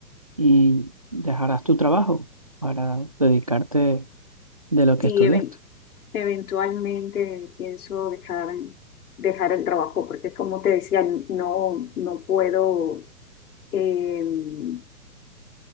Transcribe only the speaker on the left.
Sí,
even- eventualmente pienso dejar, dejar el trabajo, porque como te decía, no, no puedo. em,